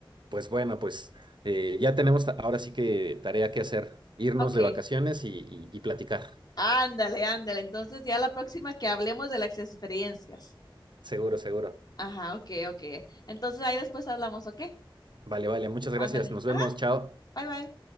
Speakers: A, on the right; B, on the left.
A: Pues bueno, pues eh, ya tenemos ta- ahora sí que tarea que hacer, irnos
B: Ok.
A: de vacaciones y, y y platicar.
B: Ándale, ándale. Entonces ya la próxima que hablemos de las experiencias.
A: Seguro, seguro.
B: Ajá, ok, ok. Entonces ahí después hablamos, ¿ok?
A: Vale, vale, muchas gracias.
B: Ándale.
A: Nos vemos,
B: Ajá.
A: chao.
B: Bye, bye.